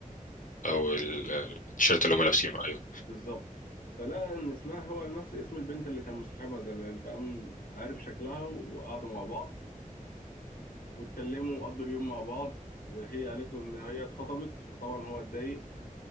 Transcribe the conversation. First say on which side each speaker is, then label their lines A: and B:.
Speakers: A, on the left; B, on the left.
A: أو ال- التيشيرت اللي هم لابسينه أيوة
B: بالظبط فلقى ان اسمها هو نفس اسم البنت اللي كان مصاحبها زمان فقام عارف شكلها وقعدوا مع بعض واتكلموا وقضوا اليوم مع بعض هي قالت له ان هي اتخطبت فطبعا هو اتضايق